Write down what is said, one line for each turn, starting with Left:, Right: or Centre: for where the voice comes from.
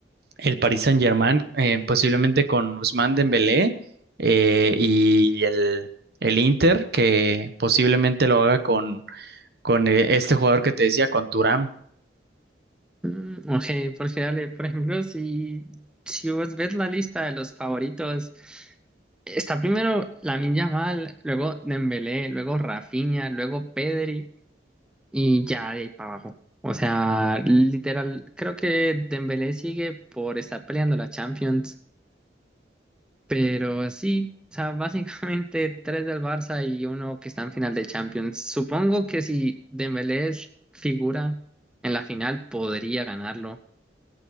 Right: el Paris Saint-Germain, eh, posiblemente con Ousmane Dembélé eh, y el, el Inter, que posiblemente lo haga con, con eh, este jugador que te decía, con Thuram.
Centre: Mm, ok, porque dale, por ejemplo, si, si vos ves la lista de los favoritos, está primero Lamine Yamal, luego Dembélé, luego Rafinha, luego Pedri y ya de ahí para abajo. O sea, literal, creo que Dembélé sigue por estar peleando la Champions. Pero sí, o sea, básicamente <laughs> tres del Barça y uno que está en final de Champions. Supongo que si Dembélé es figura en la final, podría ganarlo.